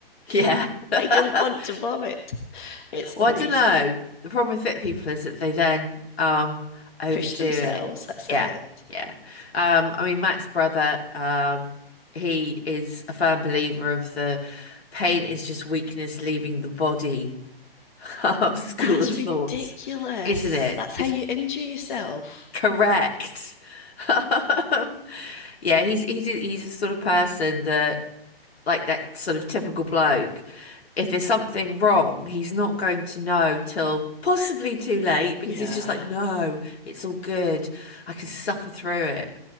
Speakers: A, on the left; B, on the left.
A: yeah.
B: <laughs>
A: <laughs>
B: I don't want to vomit. It's
A: Well,
B: amazing.
A: I don't know. The problem with fit people is that they then um overdo
B: Push themselves.
A: it.
B: That's
A: Yeah,
B: it.
A: yeah. Um, I mean Matt's brother, um, he is a firm believer of the pain is just weakness leaving the body <laughs> um, school
B: That's
A: of
B: ridiculous.
A: thoughts, isn't it?
B: That's how
A: It's
B: you injure yourself.
A: correct. <laughs> Um, yeah, he's he's a- he's the sort of person that like that sort of typical bloke, if there's something wrong, he's not going to know till possibly too late because
B: Yeah.
A: he's just like, no, it's all good. I can suffer through it.